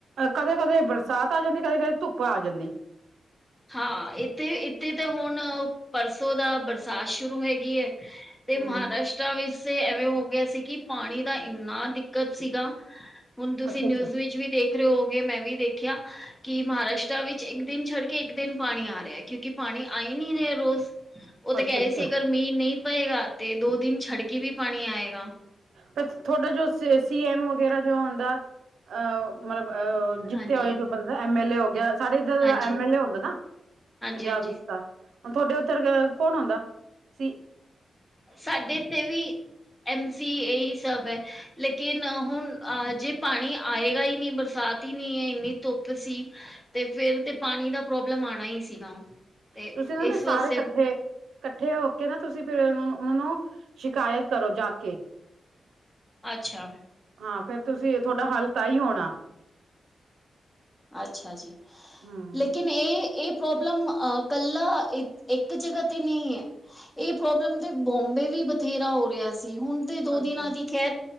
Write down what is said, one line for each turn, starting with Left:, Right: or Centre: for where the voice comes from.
Right: ਕਦੇ-ਕਦੇ ਬਰਸਾਤ ਆ ਜਾਂਦੀ ਕਦੇ-ਕਦੇ ਧੁੱਪ ਆ ਜਾਂਦੀ।
Left: ਹਾਂ ਏਥੇ-ਏਥੇ ਤੇ ਹੁਣ ਪਰਸੋਂ ਦਾ ਬਰਸਾਤ ਸ਼ੁਰੂ ਹੈਗੀ ਐ। ਤੇ
Right: ਹਮ
Left: ਮਹਾਰਾਸ਼ਟਰਾ ਵਿੱਸੇ ਐਵੇਂ ਹੋ ਗਿਆ ਸੀ ਕੀ ਪਾਣੀ ਦਾ ਏਨਾ ਦਿੱਕਤ ਸੀਗਾ, ਹੁਣ ਤੁਸੀਂ
Right: ਅੱਛਾ
Left: ਨਿਊਜ਼
Right: ਅੱਛਾ
Left: ਵਿੱਚ ਵੀ ਦੇ ਰੇ ਓ ਗੇ। ਮੈਂ ਵੀ ਵੇਖਿਆ ਕੀ ਮਹਾਰਾਸ਼ਟਰਾ ਵਿੱਚ ਇੱਕ ਦਿਨ ਛੱਡ ਕੇ ਇੱਕ ਦਿਨ ਪਾਣੀ ਆ ਰਿਆ, ਕਿਉਂਕਿ ਪਾਣੀ ਆਈ ਨੀ ਰਿਆ ਰੋਜ਼, ਓ ਤਾਂ
Right: ਅੱਛਾ
Left: ਕੈ
Right: ਅੱਛਾ
Left: ਰੇ ਸੀ ਅਗਰ ਮੀਂ ਨਈ ਪਏਗਾ। ਤੇ ਦੋ ਦਿਨ ਛੱਡ ਕੇ ਵੀ ਪਾਣੀ ਆਏਗਾ।
Right: ਪ ਥੋਡਾ ਜੋ ਸ ਸੀ ਐਮ ਵਗੈਰਾ ਜੋ ਹੁੰਂਦਾ ਅਹ ਮਲਬ ਅਹ ਜਿੱਤਿਆ
Left: ਹਾਂਜੀ
Right: ਹੋਇਆ ਜੋ ਬੰਦਾ ਐਮ ਐਲ ਏ ਹੋ ਗਿਆ ਸਾਡੇ ਇੱਧਰ
Left: ਹਾਂਜੀ
Right: ਐਮ ਐਲ ਏ ਹੁੰਦਾ ਨਾ,
Left: ਹਾਂਜੀ
Right: ਪੰਜਾਬ
Left: ਹਾਂਜੀ
Right: ਵਿੱਚ ਤਾਂ। ਹੁਣ ਥੋਡੇ ਓਥਰ ਅ ਕੌਣ ਹੁੰਦਾ, ਸੀ -
Left: ਸਾਡੇ ਏਥੇ ਵੀ ਐਮ ਸੀ, ਏਈ ਸਭ ਐ। ਲੇਕਿਨ ਹੁਣ ਆ ਜੇ ਪਾਣੀ ਆਏਗਾ ਈ ਨੀ, ਬਰਸਾਤ ਈ ਨੀ ਏ ਏਨੀ ਧੁੱਪ ਸੀ ਤੇ ਫੇਰ ਤੇ ਪਾਣੀ ਦਾ ਪ੍ਰੋਬਲਮ ਆਣਾ ਈ ਸੀਗਾ। ਤੇ
Right: ਤੁਸੀਂ ਮੈਮ‌
Left: ਇਸ
Right: ਏ
Left: ਵਾਸਤੇ
Right: ਸਾਰੇ ਕੱਠੇ ਕੱਠੇ ਹੋ ਕੇ ਨਾ ਤੁਸੀਂ ਫੇਰ ਓਨਾਂ ਨੂੰ, ਓਨਾਂ ਨੂੰ ਸ਼ਿਕਾਇਤ ਕਰੋ ਜਾ ਕੇ।
Left: ਅੱਛਾ।
Right: ਹਾਂ ਫੇਰ ਤੁਸੀਂ ਥੋਡਾ ਹੱਲ ਤਾਂ ਈ ਹੋਣਾ।
Left: ਅੱਛਾ ਜੀ,
Right: ਹਮ
Left: ਲੇਕਿਨ ਹੁਣ ਏ, ਏ ਪ੍ਰੋਬਲਮ ਅ ਕੱਲਾ ਇ ਇੱਕ ਜਗ੍ਹਾ ਤੇ ਨੀ ਐ। ਇਹ ਪ੍ਰੋਬਲਮ 'ਤੇ ਬੋਂਬੇ ਵੀ ਬਥੇਰਾ ਹੋ ਰਿਹਾ ਸੀ। ਹੁਣ 'ਤੇ ਦੋ
Right: ਅੱਛਾ
Left: ਦਿਨਾਂ ਦੀ ਖੈਰ